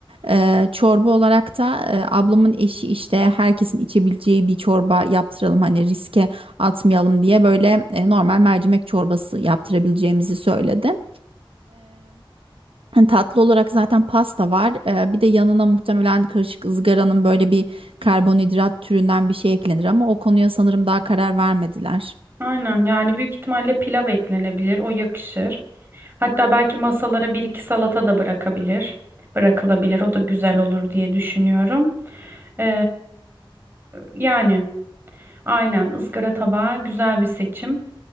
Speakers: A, on the right; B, on the right.
A: Ee, Çorba olarak da e, ablamın eşi işte herkesin içebileceği bir çorba yaptıralım hani riske atmayalım diye böyle e, normal mercimek çorbası yaptırabileceğimizi söyledi. Hani tatlı olarak zaten pasta var. Ee, bir de yanına muhtemelen karışık ızgaranın böyle bir karbonhidrat türünden bir şey eklenir ama o konuya sanırım daha karar vermediler.
B: Aynen yani büyük ihtimalle pilav eklenebilir. O yakışır. Hatta belki masalara bir iki salata da bırakabilir. Bırakılabilir. O da güzel olur diye düşünüyorum. Ee, yani aynen ızgara tabağı güzel bir seçim.